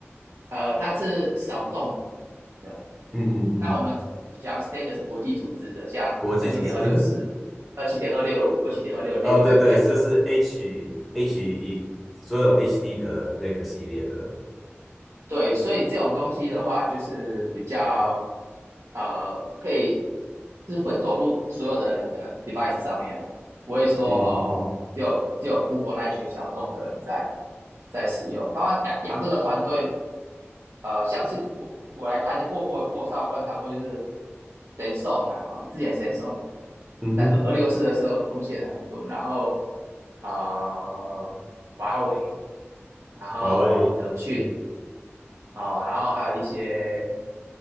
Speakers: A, on the right; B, in the centre.
A: 呃，他是小众的。
B: 嗯嗯嗯，
A: 那我们讲 standard 是国际组织的，像二七点二六四、
B: 国际组织，
A: 二七点二六五、二七点二六六
B: <laughs> 哦，对对，
A: APEC，
B: 就是 H HE 所有 HD 的那个系列的。
A: 对，所以这种东西的话，就是比较呃，可以是会走入所有的人的 device 上面啊，不会说哦，
B: 嗯嗯嗯
A: 只有只有 Google 那一群小众的人在在使用。当然养养这个团队呃，像是我我我来看，就我我我有稍微观察过，就是神送啦，哈、哦之前神送
B: 嗯哼。
A: 在二二六四的时候贡献了很多，然后呃，华为，然后腾讯
B: 华为，
A: 啊、哦然后还有一些